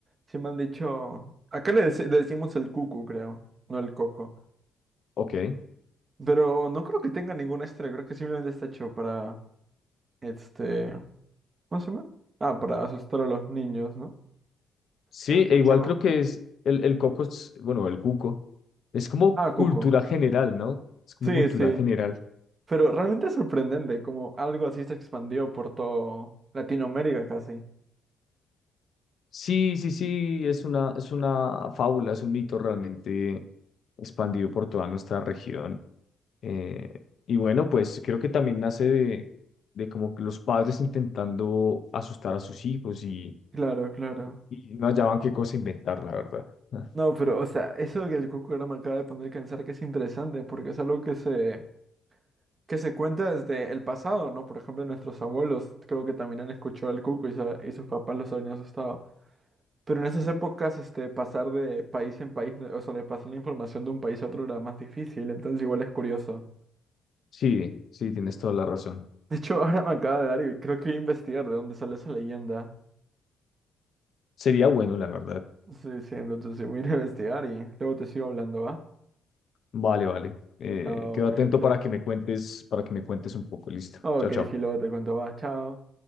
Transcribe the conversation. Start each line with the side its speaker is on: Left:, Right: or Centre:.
Right: sí me han dicho. Acá le, deci- le decimos el cucu, creo, no el coco.
Left: Ok.
Right: Pero no creo que tenga ninguna historia. Creo que simplemente está hecho para, este. ¿Cómo se llama? Ah, para asustar a los niños, ¿no?
Left: Sí,
Right: No he escuchado.
Left: e igual creo que es el, el coco, es, bueno, el cuco, es como
Right: Ah, Cuco.
Left: cultura general, ¿no? Es como
Right: Sí,
Left: cultura
Right: sí.
Left: general.
Right: Pero realmente es sorprendente como algo así se expandió por todo Latinoamérica casi.
Left: Sí, sí, sí, es una, es una fábula, es un mito realmente expandido por toda nuestra región. Eh, y bueno, pues creo que también nace de, de como que los padres intentando asustar a sus hijos y,
Right: Claro, claro.
Left: y no hallaban qué cosa inventar, la verdad. Ah,
Right: No, pero, o sea, eso que el Cuco ahora me acaba de poner a pensar que es interesante porque es algo que se, que se cuenta desde el pasado, ¿no? Por ejemplo, nuestros abuelos creo que también han escuchado al Cuco y, sa- y sus papás los habían asustado. Pero en esas épocas, este, pasar de país en país, o sea, de pasar la información de un país a otro era más difícil, entonces igual es curioso.
Left: Sí, sí, tienes toda la razón.
Right: De hecho, <laughs> ahora me acaba de dar y creo que voy a investigar de dónde sale esa leyenda.
Left: Sería bueno, la verdad.
Right: Sí, sí, entonces sí, voy a ir a investigar y luego te sigo hablando, ¿va?
Left: Vale, vale. Eh,
Right: Chao,
Left: quedo
Right: cuídate.
Left: atento para que me cuentes, para que me cuentes un poco. Listo.
Right: Ok,
Left: Chao, chao.
Right: sí, luego te cuento, va, chao.